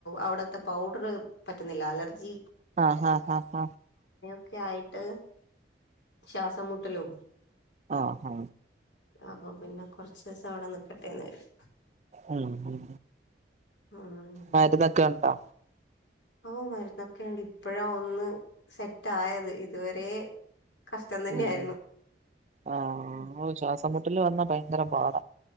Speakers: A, on the left; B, on the right.
A: അവിടുത്തെ പൗഡറ് പറ്റുന്നില്ല അലർജി
B: ആ ഹഹ ഹഹ
A: ഒക്കെ ആയിട്ട് ശ്വാസംമുട്ടലും
B: ആ ആ
A: അപ്പൊ പിന്നെ കുറച്ച് ദിവസം അവിടെ നിക്കട്ടേന്നുകരുതി
B: ഉം ഉം
A: ഉം
B: മരുന്നൊക്കെ ഉണ്ടോ
A: ഓ മരുന്നൊക്കെണ്ട് ഇപ്പോഴാ ഒന്ന് സെറ്റ് ആയത് ഇതുവരെ കഷ്ടം തന്നെയായിരുന്നു
B: ഉം ആ
A: ഉം
B: ശ്വാസം മുട്ടല് വന്നാ പ ങ്കര പാട